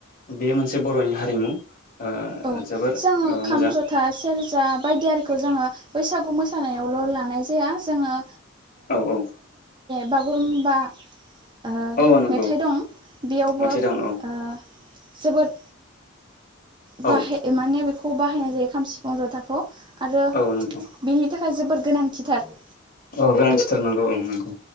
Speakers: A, on the left; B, on the right.
A: बेयो मोनसे बर'नि हारिमु ओ
B: औ
A: जोबोर
B: जोङो
A: ओ
B: खाम
A: मोजां
B: जथा सेरजा बायदियिखौ जोङो बैसागु मोसानायावल' लानाय जाया जोङो
A: औ औ
B: बागुरुमबा ओ
A: औ नंगौ
B: मेथाइ दं बेयावबो
A: मोनसे
B: ओ
A: दं औ
B: जोबोद बाहे
A: औ
B: माने बेख खौ बाहायनाय जायो खाम सिफुं जथाखौ आरो
A: औ नंगौ
B: बिनि थाखाय जोबोर गोनांथिथार
A: औ गोनांथिथार नांगौ ओ नांगौ